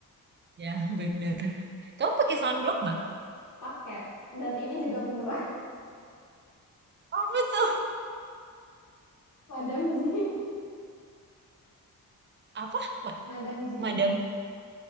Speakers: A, on the right; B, on the left.
A: Ya, bener. Kamu pakai sunblock nggak?
B: pakai dan ini juga murah
A: Apa tuh?
B: <laughs> Madam Ji
A: Apa? Ma-
B: Madam Ji
A: Madam?